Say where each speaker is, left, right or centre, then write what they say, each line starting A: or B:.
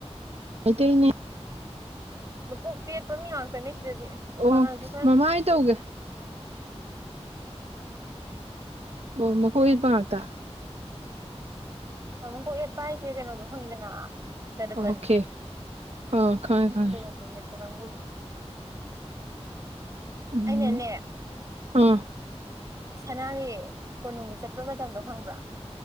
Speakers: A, on the right (about 65°); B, on the right (about 30°).
A: ꯃꯩꯇꯩꯅ
B: ꯃꯀꯣꯛꯇ ꯌꯦꯠꯄ ꯃꯤ ꯉꯥꯛꯇꯅꯦ ꯁꯤꯗꯗꯤ
A: ꯑꯣ
B: ꯄꯥꯉꯜꯅꯁꯨ ꯈꯔꯅꯗꯤ
A: ꯃꯃꯥꯏ
B: ꯏꯁꯣꯏ
A: ꯇꯧꯒꯦ
B: ꯁꫭꯏ
A: ꯑꯣ ꯃꯀꯣꯛ ꯌꯦꯠꯄ ꯉꯥꯛꯇ
B: ꯃꯀꯣꯛ ꯌꯦꯠꯄ ꯍꯥꯏꯁꯦ ꯀꯩꯅꯣꯗꯣ ꯈꯪꯉꯤꯗꯅ ꯇꫪꯕꯟ
A: ꯑꯣꯀꯦ ꯑ ꯈꯪꯉꯦ ꯈꯪꯉꯦ
B: <unintelligible>
A: ꯎꯝ
B: ꯑꯩꯅꯅꯦ
A: ꯑ
B: ꯁꯅꯥꯒꯤ ꯀꯣꯅꯨꯡꯗ ꯆꯠꯄ ꯃꯇꯝꯗꯣ ꯈꯪꯕ꯭ꯔ